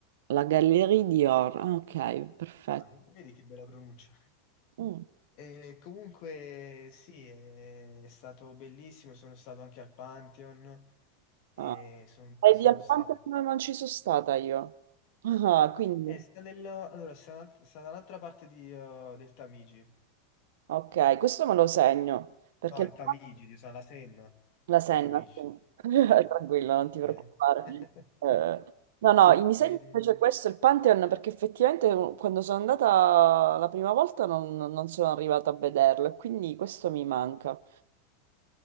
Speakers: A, on the right; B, on the left.
A: la Gallerie Dior. Ah, ok, perfetto.
B: Ah, vedi che bella pronuncia.
A: Mm.
B: Eh, comunque sì, è stato bellissimo, sono stato anche al Pantheon e
A: Ah,
B: son-
A: ai
B: sono
A: di Alcantara
B: stato.
A: non ci sono stata io. Ah, quindi,
B: Eh, sta nel- allora, sta, sta dall'altra parte di, eh, del Tamigi.
A: ok, questo me lo segno, perché
B: No,
A: il-
B: il Tamigi di Usana Senna.
A: la senna,
B: Il Tamigi.
A: sì. <laughs>
B: Sì.
A: tranquillo, non ti
B: Eh.
A: preoccupare.
B: <laughs>
A: Eh, no, no, mi segno
B: E-
A: invece questo, il Pantheon, perché effettivamente quando sono andata la prima volta non, non sono arrivata a vederlo, e quindi questo mi manca.